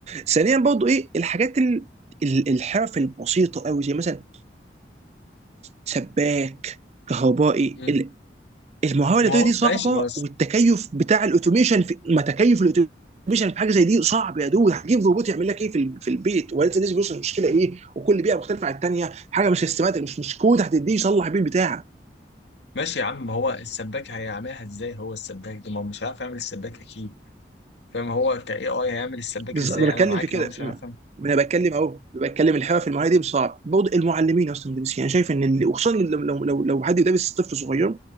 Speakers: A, on the right (about 40°); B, on the left (about 80°).
A: ثانيا برضو ايه الحاجات ال- ال- الحرف البسيطه قوي زي مثلا سباك كهربائي
B: مم.
A: ال- المهاره اليدويه
B: ما هو
A: دي صعبه
B: ماشي ما هو الس-
A: والتكيف بتاع الاوتوميشن في ما تكيف الاوتوميشن في حاجه زي دي صعب يا دود هتجيب روبوت يعمل لك ايه في, ال- في البيت ولسه لسه بيوصل المشكله ايه وكل بيئه مختلفه عن الثانيه حاجه مش سيستماتيك مش مش كود هتديه يصلح بيه البتاع
B: ماشي يا عم ما هو السباك هيعملها ازاي هو السباك ده ما هو مش عارف يعمل السباك اكيد فاهم هو كاي اي هيعمل السباك
A: بالظبط
B: ازاي
A: ما بتكلم
B: انا معاك
A: في كده
B: ان هو مش
A: ما
B: عارف يعمل
A: ما انا بتكلم اهو بتكلم الحرف في المعاهده دي صعب برضه المعلمين اصلا المدرسين انا شايف ان اللي وخصوصا لو لو لو لو حد يدرس طفل صغير